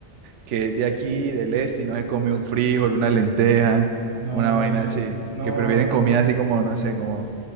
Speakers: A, on the right; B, on the right.
A: que es de aquí, del este, y no se come un frijol, una lenteja,
B: No,
A: una vaina
B: eh,
A: así?
B: no,
A: Que prefieren
B: eso,
A: comida así como, no sé, como,